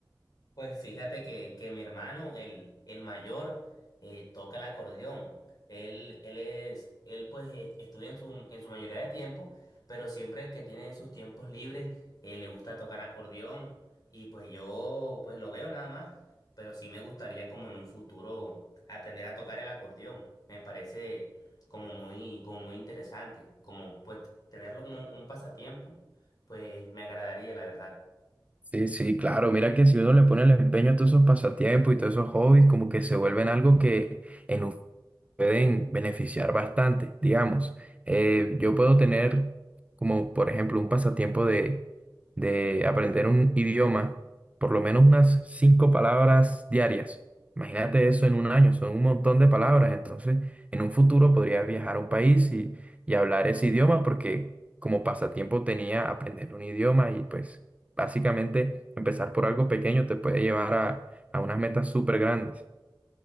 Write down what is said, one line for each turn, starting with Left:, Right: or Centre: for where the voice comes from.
Left: Pues fíjate que, que mi hermano, el, el mayor, eh, toca el acordeón. Él, él es, él pues es- estudia en su, en su mayoría de tiempo, pero siempre que tiene sus tiempos libres, eh, le gusta tocar acordeón. Y pues yo pues lo veo nada más, pero sí me gustaría como en un futuro aprender a tocar el acordeón. Me parece como muy, como muy interesante, como pues tenerlo como un pasatiempo, pues me agradaría, la verdad.
Right: Sí, sí, claro. Mira que si uno le pone el empeño a todos esos pasatiempos y todos esos hobbies, como que se vuelven algo que en un pueden beneficiar bastante, digamos. Eh, yo puedo tener como, por ejemplo, un pasatiempo de, de aprender un idioma, por lo menos unas cinco palabras diarias. Imagínate eso en un año, son un montón de palabras. Entonces, en un futuro podría viajar a un país y, y hablar ese idioma porque como pasatiempo tenía aprender un idioma y pues básicamente empezar por algo pequeño te puede llevar a, a unas metas súper grandes.